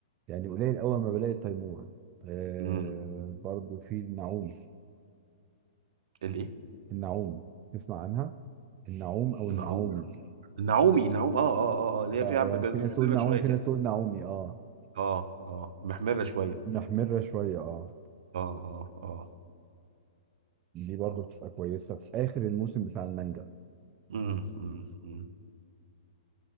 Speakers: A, on the right; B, on the right.
A: يعني قليل أول ما بلاقي التيمور آه
B: مم.
A: برضو في النعومي
B: الايه
A: النعومي تسمع عنها النعوم أو النعومي
B: المعوم النعومي نعوم اه اه اه آه، اللي
A: آه
B: هي فيها
A: يعني
B: ب- ب-
A: في ناس
B: محمره
A: تقول نعوم
B: شويه
A: في
B: كده
A: ناس تقول نعومي اه
B: اه اه محمره شويه
A: محمرة شوية اه
B: اه اه اه
A: دي برضو
B: اه
A: بتبقى كويسة في آخر الموسم بتاع المانجا
B: مم، مم، مم.